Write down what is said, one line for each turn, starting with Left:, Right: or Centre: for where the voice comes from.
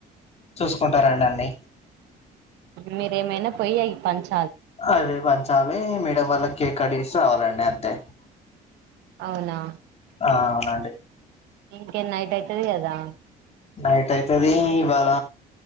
Left: చూసుకుంటారండి అన్ని
Right: మీరేమైనా పోయి అ పంచ
Left: అదే పంచాలి మేడం వల్ల కేక్ కడేసి రావాలండి అంతే
Right: అవునా
Left: ఆ అవునండి
Right: ఇంకేన్ నైట్ అయితది అదా
Left: నైట్ అయితది ఇవాళ